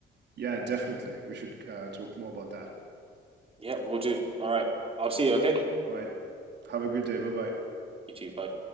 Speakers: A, on the right; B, on the right.
A: Yeah, definitely. We should uh, talk more about that.
B: Yeah, we'll do. All right. I'll see you, okay?
A: All right. Have a good day. Bye bye.
B: You too. Bye.